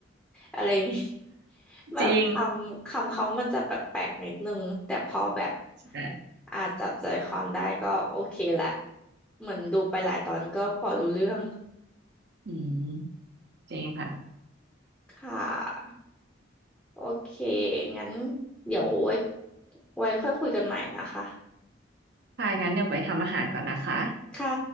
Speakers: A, in the centre; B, on the right (about 60°).
A: อะไรอย่างงี้ <laughs>
B: <laughs>
A: แบบคำคำเขามันจะแปลกๆนิดนึงแต่พอแบบ
B: จริงเอ
A: อาจจับใจความได้ก็โอเคแหละเหมือนดูไปหลายตอนก็พอรู้เรื่อง
B: ออืมจริงค่ะ
A: ค่ะโอเคงั้นเดี๋ยวไว้ไว้ค่อยคุยกันใหม่นะคะ
B: ถ้างั้นเดี๋ยวไปทำอาหารก่อนนะคะ
A: ค่ะ